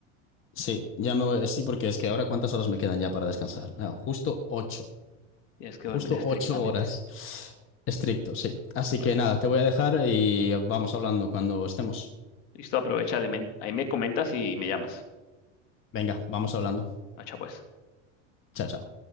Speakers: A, on the left; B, on the left.
A: Sí, ya me voy, sí, porque es que ahora cuántas horas me quedan ya para descansar. Ah, justo 8
B: Tienes que
A: justo
B: dormir estrictamente.
A: 8 horas. Estricto, sí. Así
B: Bueno,
A: que nada, te voy a dejar y vamos hablando cuando estemos.
B: listo, aprovecha, men. Ahí me comentas y me llamas.
A: Venga, vamos hablando.
B: Macha, pues.
A: Chao, chao.